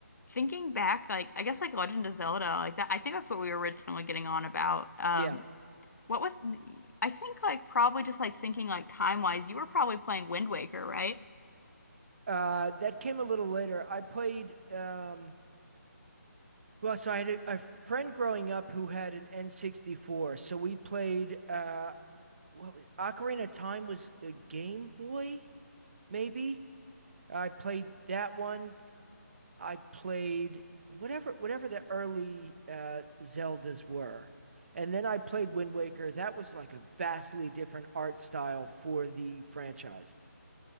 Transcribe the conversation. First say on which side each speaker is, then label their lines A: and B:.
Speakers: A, on the left; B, on the right.
A: thinking back, like I guess like Legend of Zelda, like that I think that's what we were originally getting on about. Um,
B: Yeah.
A: what was I think like probably just like thinking like time-wise, you were probably playing Wind Waker, right?
B: Uh that came a little later. I played um well, so I had a, a friend growing up who had an N64. So we played uh what was Ocarina of Time was a Game Boy, maybe. I played that one. I played whatever whatever the early uh, Zeldas were, and then I played Wind Waker. That was like a vastly different art style for the franchise.